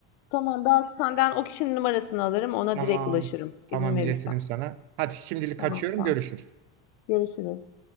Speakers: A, on the left (about 80°); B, on the right (about 85°).
A: Tamam, belki senden o kişinin numarasını alırım, ona
B: Tamam.
A: direkt ulaşırım
B: Tamam
A: izin verirsen.
B: iletirim sana. Hadi şimdilik
A: Tamam,
B: kaçıyorum.
A: sağ
B: Görüşürüz.
A: ol. Görüşürüz.